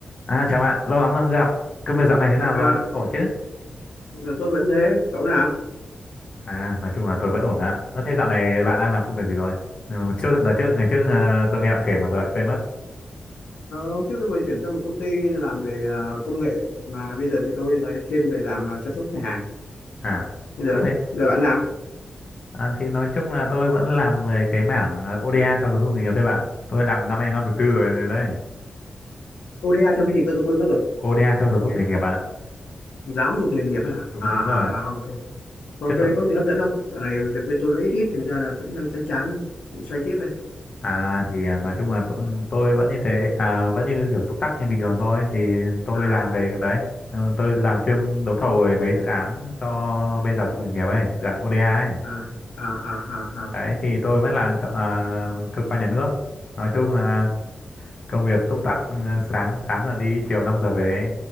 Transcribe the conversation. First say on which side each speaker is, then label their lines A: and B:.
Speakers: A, on the left; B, on the left.
A: À chào bạn, lâu lắm rồi không gặp. Công việc dạo này thế nào
B: À,
A: rồi? Ổn chứ?
B: à, tôi vẫn thế, cậu nào?
A: À, nói chung là tôi vẫn ổn ạ. Ơ thế dạo này bạn đang làm công việc gì rồi? Ừ, Trước đợt trước ngày trước ờ, tôi nghe bạn kể mà giờ lại quên mất.
B: Ờ, hôm trước tôi vừa chuyển sang một công ty làm về à, công nghệ mà bây giờ thì tôi lại thiên về làm à, chăm sóc khách hàng.
A: À.
B: Bây giờ
A: Ơ thế
B: là bạn nào?
A: à, thì nói chung là tôi vẫn làm về cái mảng ờ, ODA cho giáo dục nghề nghiệp thôi bạn. Tôi làm năm nay năm thứ tư rồi đấy.
B: ODA cho cái gì cơ tôi quên mất rồi.
A: ODA cho giáo dục
B: Nghe,
A: nghề nghiệp bạn ạ.
B: giáo dục nghề nghiệp à?
A: Đúng
B: À,
A: đúng
B: à,
A: rồi.
B: à, ok. có
A: Trước
B: cái đấy có gì hấp dẫn không? Dạo này việc bên tôi nó ít ít, thành ra là cũng đang chán chán, xoay tiếp đây.
A: À thì à, nói chung là tôi, tôi vẫn như thế à, vẫn như kiểu túc tắc như bình thường thôi thì tôi
B: À,
A: làm về cái đấy Ừ, tôi làm chuyên đấu thầu về mấy dự án cho bên giáo dục nghề nghiệp ấy dự án ODA ấy
B: à, à, à, à, à.
A: đấy thì tôi vẫn làm cho à, cơ quan nhà nước nói chung là công việc túc tắc ừ, sáng 8 giờ đi chiều 5 giờ về